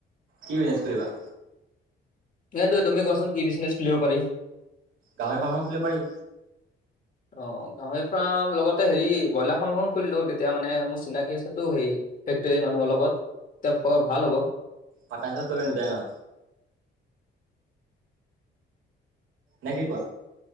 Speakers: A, on the right (about 85°); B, on the left (about 40°).
A: কি বিজনেছ কৰিবা
B: এইটো তুমি কোৱাচোন কি বিজনেছ খুলিব পাৰি
A: গাহৰি ফাৰ্ম খুলিব পাৰি
B: অ গাহৰি ফাৰ্ম লগতে হেৰি ব্ৰইলাৰ ফাৰ্ম এখন খুলিলো তেতিয়া মানে মোৰ চিনাকি আছেতো হেৰি ফেক্টৰী মানুহৰ লগত তেতিয়া ভাল হ'ব
A: পাটনা চিপতলত কৰিবা দুটাই ন নে কি কোৱা